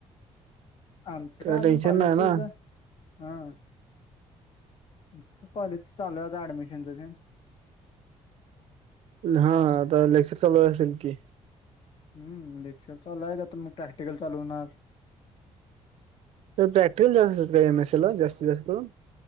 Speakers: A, on the left (about 45°); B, on the right (about 60°).
A: आमच काय
B: टेन्शन
A: अजून कॉलेजच
B: नाही ना
A: <unintelligible> हं. आमच काय कॉलेज चालूये <unintelligible> ऍडमिशनच ते.
B: हा. आता लेक्चर चालू असेल की.
A: हम्म. लेक्चर चालू आहे. आता मग प्रॅक्टिकल चालू होणार.
B: तर प्रॅक्टिकल जास्त असतात काय एम एस ए ला? जास्तीत जास्त करून.